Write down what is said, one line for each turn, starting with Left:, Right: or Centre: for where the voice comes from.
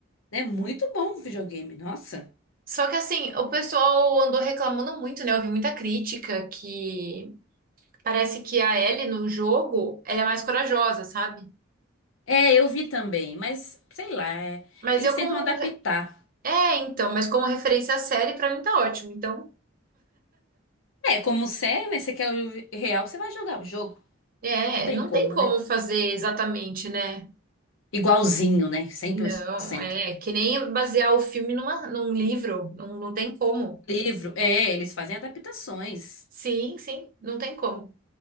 Left: É muito bom o videogame, nossa.
Right: Só que assim, o pessoal andou reclamando muito, né? Eu vi muita crítica que parece que a Ellie no jogo, ela é mais corajosa, sabe?
Left: É, eu vi também, mas sei lá, é,
Right: Mas
Left: eles
Right: eu
Left: tentam
Right: como
Left: adaptar.
Right: re- é, então, mas como referência à série pra mim tá ótimo. Então,
Left: É, como você é, né? Você quer o real, você vai jogar o jogo.
Right: é,
Left: Não tem
Right: não
Left: como,
Right: tem como
Left: né?
Right: fazer exatamente, né?
Left: Igualzinho, né? Cem
Right: Não,
Left: por cento.
Right: é que nem basear o filme numa, num livro, não, não tem como.
Left: Livro, é, eles fazem adaptações.
Right: Sim, sim, não tem como.